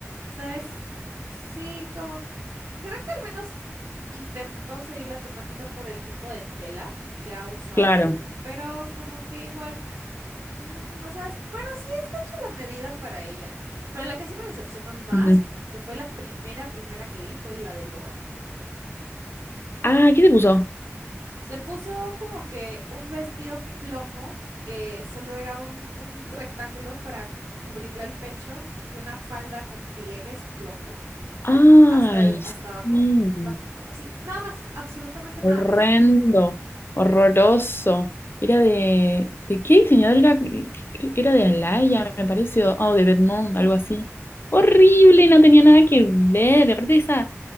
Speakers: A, on the right; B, on the left.
A: ¿Sabes? Sí, como creo que al menos intentó seguir la temática por el tipo de tela que ha usado,
B: Claro.
A: pero como que igual, mm, no sabes, bueno, sí, está hecha la medida para ella, pero la que sí me decepcionó más,
B: Ujú.
A: f- que fue la primera, primera que vi, fue la de Lord.
B: Ah, ¿qué se puso?
A: Se puso como que un vestido plomo que solo era un, un rectángulo para cubrirle el pecho y una falda con pliegues plomo.
B: Ay,
A: hasta, el-
B: sí.
A: hasta abajo, básico, así, nada más, absolutamente
B: Horrendo,
A: nada más.
B: horroroso. Era de, ¿de qué diseñador era? Era de Alaya, me parece, o o de Bedmont, algo así. Horrible, no tenía nada que ver. Aparte esa,